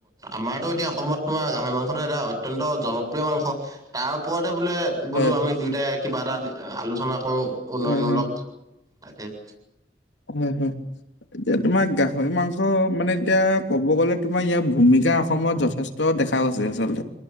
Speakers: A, on the right; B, on the left.
A: আমাৰতো এতিয়া অসমত তোমাৰ গাহৰি মাংসটো এটা অত- তন্ত জনপ্ৰিয় মাংস। তাৰ ওপৰতে বোলে- বোলো
B: হয়
A: আমি দুইটাই কিবা এটা আলোচনা কৰো উন্নয়নমূলক।
B: হয় হয়
A: তাকে, -
B: হুম হুম, এতিয়া তোমাৰ গা- গাহৰি মাংস মানে এতিয়া ক'ব গ'লে তোমাৰ ইয়াৰ ভূমিকা অসমত যথেষ্ট দেখা গৈছে আচলতে।